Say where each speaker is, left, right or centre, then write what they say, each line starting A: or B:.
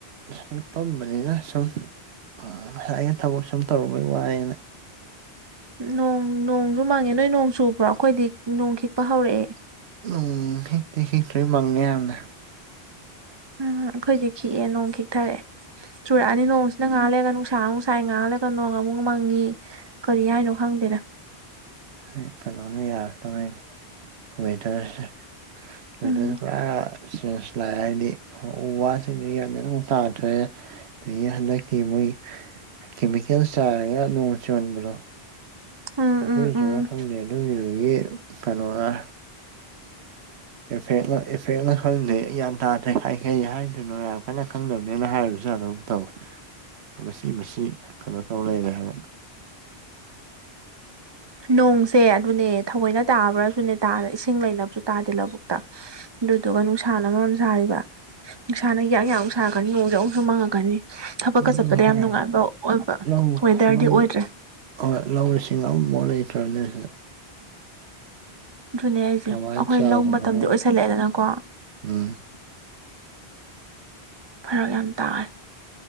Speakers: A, on the right (about 85°); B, on the right (about 30°).
A: ꯉꯁꯥꯏꯒꯤ ꯄꯝꯕꯅꯤꯅ ꯁꯨꯝ ꯉꯁꯥꯏꯒꯤ ꯊꯕꯛ ꯁꯨꯝ ꯇꯧꯔꯨꯕꯩ ꯋꯥꯏꯑꯅ
B: ꯅꯣꯡ ꯅꯣꯡꯁꯨ ꯃꯥꯡꯉꯦ ꯅꯣꯏ ꯅꯣꯡ ꯆꯨꯕ꯭ꯔꯣ ꯑꯩꯈꯣꯏꯗꯤ ꯅꯣꯡ ꯈꯤꯛꯄ ꯍꯧꯔꯛꯑꯦ
A: ꯎꯝ ꯍꯦꯛꯇꯦ ꯍꯦꯛꯇꯣꯏ ꯃꯪꯉꯦ ꯌꯥꯝꯅ
B: ꯎꯝ ꯑꯩꯈꯣꯏꯗꯤ ꯈꯤꯛꯑꯦ ꯅꯣꯡ ꯈꯤꯛꯊꯔꯛꯑꯦ ꯆꯨꯔꯛꯑꯅꯤ ꯅꯣꯡꯁꯤ ꯉꯍꯥꯛ ꯂꯩꯔꯒ ꯅꯨꯡꯁꯥ ꯑꯃꯨꯛ ꯁꯥꯏ ꯉꯍꯥꯛ ꯂꯩꯔꯒ ꯅꯣꯡ ꯑꯃꯨꯛ ꯃꯪꯉꯤ ꯀꯔꯤ ꯍꯥꯏꯅꯣ ꯈꯪꯗꯦꯗ
A: ꯑꯩ ꯀꯩꯅꯣꯅ ꯌꯥꯔꯛꯇꯕꯩꯅꯦ ꯋꯦꯗꯔꯁꯦ ꯋꯦꯗꯔꯁꯦ
B: ꯎꯝ
A: ꯄꯨꯔꯥ ꯆꯦꯟꯖ ꯂꯥꯛꯦ ꯍꯥꯏꯗꯤ ꯎ ꯋꯥ ꯁꯤꯡꯁꯤ ꯒ꯭ꯌꯥꯟ ꯃꯦꯟ ꯑꯝ ꯇꯥꯗ꯭ꯔꯦ ꯑꯗꯒꯤ ꯍꯟꯗꯛꯀꯤ ꯃꯣꯏ ꯀꯦꯃꯤꯀꯦꯜ ꯆꯥꯏꯔꯒ ꯅꯣꯡ ꯆꯨꯍꯟꯕꯗꯣ
B: ꯎꯝ
A: ꯑꯗꯨꯏꯁꯨꯔ
B: ꯎꯝ ꯎꯝ
A: ꯈꯪꯗꯦ ꯑꯗꯨꯒꯤꯗꯨꯒꯤ ꯀꯩꯅꯣꯔ ꯏꯐꯦꯛꯂ ꯏꯐꯦꯛꯂ ꯈꯪꯗꯦ ꯒ꯭ꯌꯥꯟ ꯇꯥꯗꯦ ꯀꯩ ꯍꯥꯏꯗꯣꯏꯅꯣ ꯌꯥꯝ ꯐꯖꯅ ꯈꯪꯗꯕꯅꯤꯅ ꯍꯥꯏꯔꯨꯕꯁꯨ ꯌꯥꯗꯒꯨꯝ ꯇꯧ ꯃꯆꯤ ꯃꯆꯤ ꯀꯩꯅꯣ ꯇꯧ ꯂꯩꯔꯦ ꯍꯥꯏꯕ
B: ꯅꯣꯡꯁꯦ ꯑꯗꯨꯅꯦ ꯊꯑꯣꯏꯅ ꯇꯥꯕ꯭ꯔꯁꯨꯅꯦ ꯇꯥꯗ ꯏꯁꯤꯡ ꯂꯩꯅꯕꯁꯨ ꯇꯥꯗꯦ ꯂꯧꯕꯨꯛꯇ ꯑꯗꯨꯗꯨꯒ ꯅꯨꯡꯁꯥꯅ ꯃꯔꯣꯝ ꯁꯥꯔꯤꯕ ꯅꯨꯡꯁꯥꯅ ꯌꯥꯛ ꯌꯥꯛ ꯑꯝꯨꯛ ꯁꯥꯔꯛꯀꯅꯤ ꯅꯣꯡꯁꯦ ꯑꯃꯨꯛꯁꯨ ꯃꯪꯉꯛꯀꯅꯤ ꯊꯕꯛꯀ
A: ꯑꯗꯨ
B: ꯆꯠꯄꯗ
A: ꯍꯥꯏꯔꯒ
B: ꯌꯥꯝ ꯅꯨꯡꯉꯥꯏꯕ ꯑꯣꯏꯕ
A: ꯂꯧ
B: ꯋꯦꯗꯔꯗꯤ
A: ꯂꯧ
B: ꯑꯣꯏꯗ꯭ꯔꯦ
A: ꯍꯣꯏ ꯂꯧ ꯁꯤꯡ ꯑꯃꯐꯥꯎ ꯂꯩꯇ꯭ꯔꯅꯦ ꯁꯤꯗ
B: ꯑꯗꯨꯅꯦ ꯍꯩꯁꯦ
A: ꯀꯃꯥꯏꯅ
B: ꯑꯩꯈꯣꯏ
A: ꯆꯥꯁꯤꯅꯣ
B: ꯂꯧ ꯃꯇꯝꯗꯤ
A: ꯈꯪꯗꯦ
B: ꯑꯣꯏꯁꯜꯂꯛꯑꯦꯗꯅꯀꯣ
A: ꯎꯝ
B: ꯐꯔꯛ ꯌꯥꯝ ꯇꯥꯔꯦ